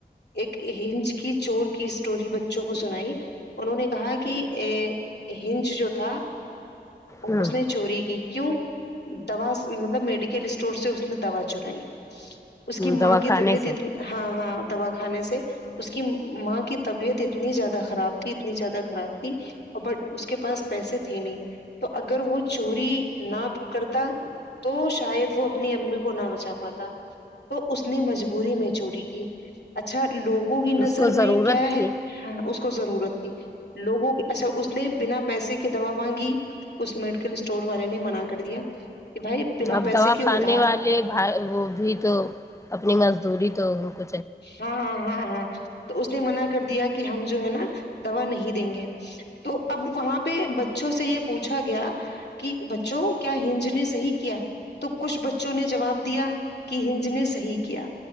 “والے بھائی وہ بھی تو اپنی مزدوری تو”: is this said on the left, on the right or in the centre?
Left